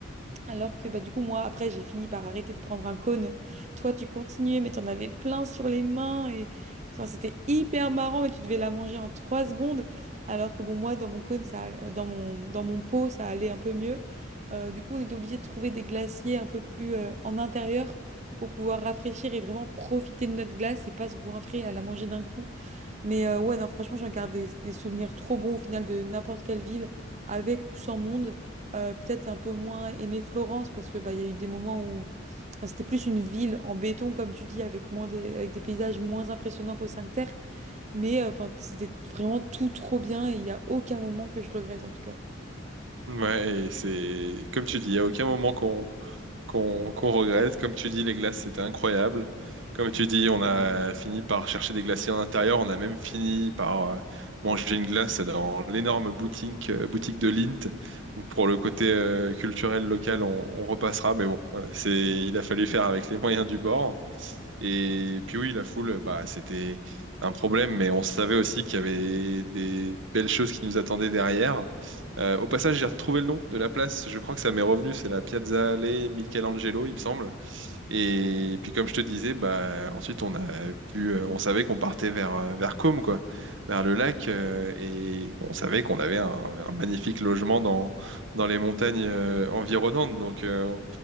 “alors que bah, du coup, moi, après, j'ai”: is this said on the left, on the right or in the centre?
Right